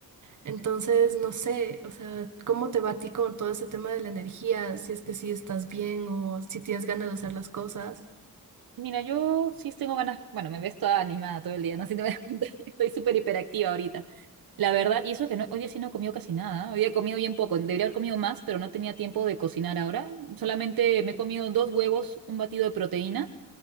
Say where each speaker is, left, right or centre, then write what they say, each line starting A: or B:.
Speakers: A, on the right; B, on the right.
A: Entonces, no sé, o sea, ¿cómo te va a ti con todo ese tema de la energía? Si es que sí estás bien o si tienes ganas de hacer las cosas.
B: Mira, yo sí tengo ganas, bueno, me ves toda animada todo el día, no <laughs> sé si te das cuenta, <laughs> estoy súper hiperactiva ahorita. La verdad, y eso que no, hoy día sí no he comido casi nada, hoy día he comido bien poco, debería haber comido más, pero no tenía tiempo de cocinar ahora. Solamente me he comido dos huevos, un batido de proteína.